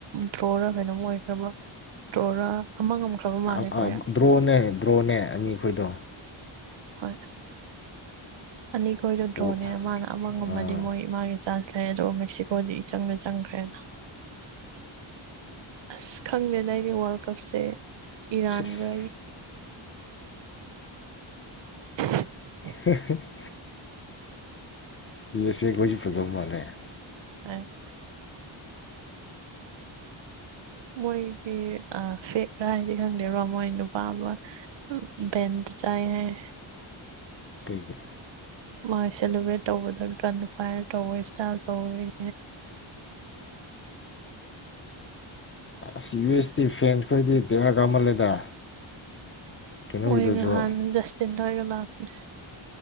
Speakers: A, on the right; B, on the left.
A: ꯊ꯭ꯔꯣꯔ ꯀꯩꯅꯣꯝ ꯑꯣꯏꯈ꯭ꯔꯕ꯭ꯔꯣ ꯇꯣꯔ ꯑꯃ ꯉꯝꯈ꯭ꯔꯕ
B: ꯑ-
A: ꯃꯥꯜꯂꯦ
B: ꯑ-
A: ꯀꯣꯔꯤꯌꯥ
B: ꯗ꯭ꯔꯣꯅꯦ ꯗ꯭ꯔꯣꯅꯦ ꯑꯅꯤ ꯑꯩꯈꯣꯏꯗꯣ
A: ꯍꯣꯏ ꯑꯅꯤꯈꯣꯏꯗꯣ
B: ꯄꯣ-
A: ꯗ꯭ꯔꯣꯅꯦꯅ ꯃꯥꯅ ꯑꯃ ꯉꯝꯃꯗꯤ
B: ꯑꯥ
A: ꯃꯣꯏ ꯃꯥꯒꯤ ꯆꯥꯟꯁ ꯂꯩ ꯑꯗꯨ ꯃꯦꯛꯁꯤꯀꯣꯗꯤ ꯏꯆꯪꯗ ꯆꯪꯈ꯭ꯔꯦꯅ ꯑꯁ ꯈꯪꯗꯦꯅ ꯑꯩꯅꯦ ꯋꯥꯔꯜ ꯀꯞꯁꯦ ꯏꯔꯥꯟꯒ
B: ꯁꯤꯁ
A: <unintelligible>
B: <unintelligible> ꯏꯁꯦ ꯣꯏꯁꯨ ꯐꯖꯕ ꯃꯥꯅꯦ <unintelligible>
A: ꯍ <unintelligible> ꯃꯣꯏꯒꯤ ꯐꯦꯛꯀ꯭ꯔꯥ ꯍꯥꯏꯗꯤ ꯈꯪꯗꯦꯕꯣ ꯃꯣꯏ ꯅꯨꯄꯥ ꯑꯃ ꯕꯦꯟꯗ ꯆꯥꯏ ꯍꯥꯏ
B: ꯀꯩꯗ
A: ꯃꯥꯥꯏ ꯁꯦꯂꯦꯕ꯭ꯔꯦꯠ ꯇꯧꯕꯗ ꯀꯟꯅ ꯐꯥꯏꯌꯔ ꯇꯧꯋ ꯏꯁꯇꯥꯏꯜ ꯇꯧꯔꯣꯏ
B: ꯑꯁ ꯌꯨ ꯑꯦꯁ ꯇꯤ ꯐꯦꯟꯁ ꯈꯣꯏꯗꯤ ꯕꯦꯔꯥ ꯀꯥꯃꯜꯂꯦꯗ ꯀꯩꯅꯣꯒꯤꯗꯨꯁꯨ
A: ꯑꯣꯏ ꯉꯍꯟ ꯍꯥꯟꯖꯁꯇ <unintelligible>